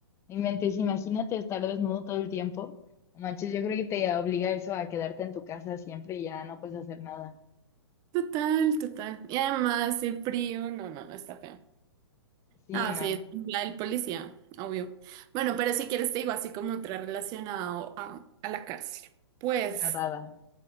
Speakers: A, on the left; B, on the right.
A: en mente, si imagínate estar desnudo todo el tiempo. No Manches, yo creo que te obliga eso a quedarte en tu casa siempre y ya no puedes hacer nada.
B: Total, total. Y además el frío, no, no, no está feo.
A: Sí,
B: Ah,
A: no,
B: sí, es la del policía, obvio. Bueno, pero si quieres te digo así como otra relacionado a, a la cárcel. Pues.
A: nada.